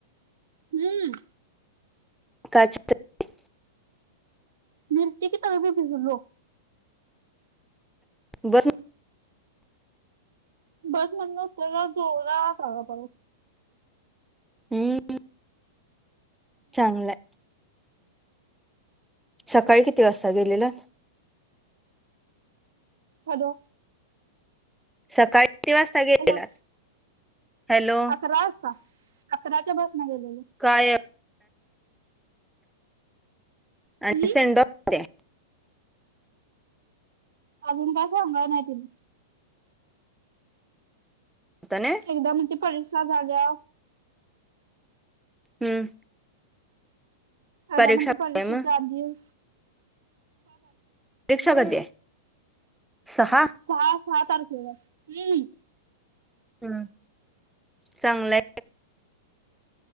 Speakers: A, on the right (about 75°); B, in the centre.
A: हम्म
B: का छत्री
A: न्हेतील की तरी भिजलो
B: बस
A: बस मधून उतरलेवर जोरात आला पाऊस
B: हम् चांगलंय सकाळी किती वाजता गेलेला
A: हॅलो
B: सकाळी किती वाजता गेलेलात
A: हॅलो
B: हॅलो
A: अकरा वाजता अकराच्या बसने ने गेलेलो
B: काय आणि
A: हम्म
B: सेंडऑफ
A: अजून काय सांगायला नाही त्यांनी
B: होतं ना
A: एकदा म्हनंत्यात परीक्षा झालेवर
B: हम्म
A: एकदा
B: परीक्षा
A: म्हणतात
B: कधी
A: परीक्षेचे
B: आहे मग
A: आधी
B: परीक्षा कधी आहे सहा
A: सहा सहा तारखेला हम्म
B: हम् चांगलंय